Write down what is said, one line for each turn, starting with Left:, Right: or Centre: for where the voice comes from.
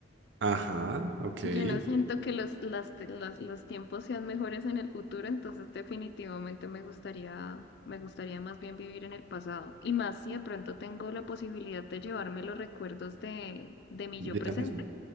Right: Ajá, ok.
Left: Yo
Right: De
Left: no Mm, siento que los, las, te- las- los tiempos sean mejores en el futuro, entonces definitivamente me gustaría, me gustaría más bien vivir en el pasado. Y más si de pronto tengo la posibilidad de llevarme los recuerdos de, de mi
Right: de
Left: yo presente.
Right: ya mismo.